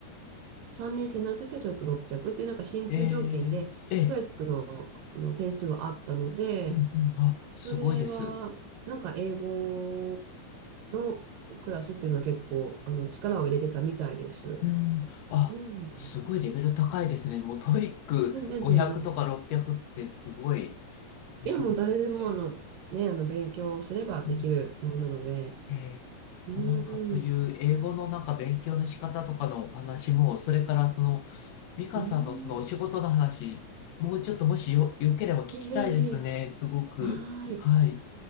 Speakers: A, on the right; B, on the left.
A: 3年生になるときはト o e i c 6 0 0っていう、なんか進級条件で、
B: ええ、ええ、
A: トエックの、あの点数はあったので、
B: うんうん、あ、すごいです。
A: それは、なんか英語のクラスっていうのは結構、あの、力を入れてたみたいです。
B: うん、あ、
A: うん。
B: すごいレベル高いですね。もうトイック500とか600っぴゃくってすごい
A: まあ、全然全然。
B: レベルですね。
A: いや、もう誰でも、あの、ね、あの、勉強すればできるものなので。
B: うん、ええ、
A: う
B: あ、なんかそういう英語のなんか勉強の仕方とかのお話も、
A: ん。
B: それからその、ミカさんのそのお仕事の話、
A: うん。
B: もうちょっともしよ、よければ聞きたいですね。
A: ええええ
B: すごく。
A: はーい。
B: はい。